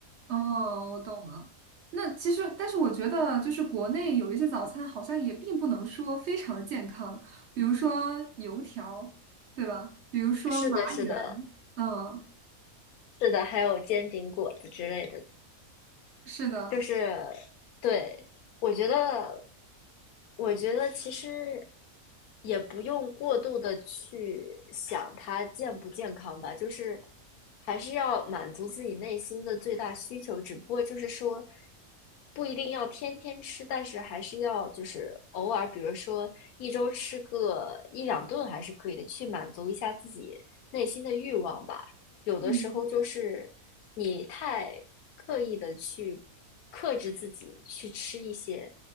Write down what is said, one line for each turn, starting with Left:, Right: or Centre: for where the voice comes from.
Right: 哦，我懂了。那其实，但是我觉得，就是国内有一些早餐好像也并不能说非常的健康，比如说油条，对吧？比如说麻圆，
Left: 是的，是的，
Right: 嗯，
Left: 是的，还有煎饼果子之类的，
Right: 是的，
Left: 就是对，我觉得，我觉得其实也不用过度的去想它健不健康吧，就是还是要满足自己内心的最大需求，只不过就是说不一定要天天吃，但是还是要就是偶尔，比如说一周吃个一两顿还是可以的，去满足一下自己内心的欲望吧。有的时候就是你太刻意的去克制自己，
Right: 嗯
Left: 去吃一些